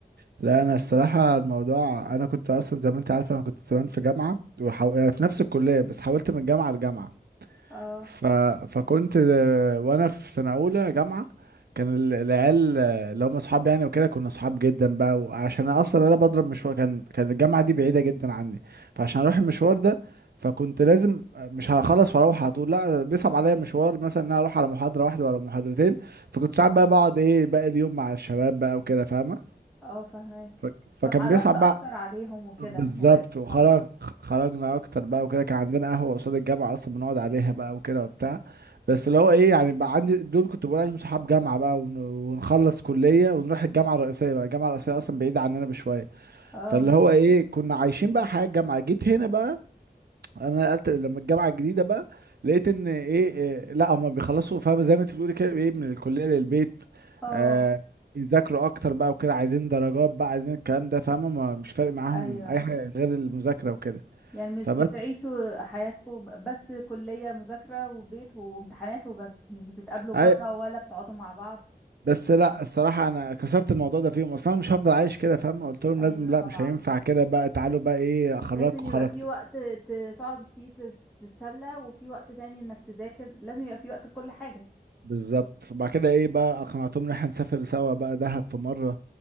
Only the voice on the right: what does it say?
لا انا الصراحه الموضوع انا كنت اصلا زي ما انت عارفه انا كنت زمان في جامعه وحو... يعني في نفس الكليه بس حولت من جامعه لجامعه
ف... فكنت آه، وانا في سنه اولى جامعه كان ال- العيال آه، اللي هم اصحاب يعني وكده كنا اصحاب جدا بقى وعشان أنا اصلا انا بضرب مشوار كان كان الجامعه دي بعيده جدا عني فعشان اروح المشوار
ده فكنت لازم آه، مش هخلص واروح على طول لا بيصعب عليا مشوار مثلا ان انا اروح على محاضره واحده ولا محاضرتين فكنت ساعات بقى بقعد ايه باقي اليوم مع الشباب بقى وكده فاهمه
ف- فكان
بيصعب
بقى
بالظبط
وخرج خرجنا اكتر بقى وكده كان عندنا قهوه قصاد الجامعه اصلا بنقعد عليها بقى وكده وبتاع بس اللي هو ايه يعني بقى عندي دول كنت بقول عليهم صحاب جامعه بقى ون- ونخلص كليه ونروح الجامعه الرئيسيه بقى الجامعه الرئيسيه اصلا بعيده عننا بشويه
فاللي هو ايه كنا عايشين بقى حياه الجامعه جيت هنا بقى انا نقلت لما الجامعه الجديده بقى لقيت ان ايه إيه، لا هما بيخلصوا فاهم زي ما انت بتقولي كده ايه من الكليه للبيت
آه بيذاكروا اكتر بقى وكده عايزين درجات بقى عايزين الكلام ده فاهمه ما- مش فارق معاهم
اي حاجه غير المذاكره وكده
فبس
اي
بس لا الصراحه انا كسرت الموضوع ده فيهم اصلا أنا مش هفضل عايش كده فاهم قلت لهم
لازم لا
مش هينفع كده بقى تعالوا بقى ايه اخرجكم
خرج
بالظبط وبعد كده ايه بقى اقنعتهم ان احنا نسافر سوا بقى دهب في مرة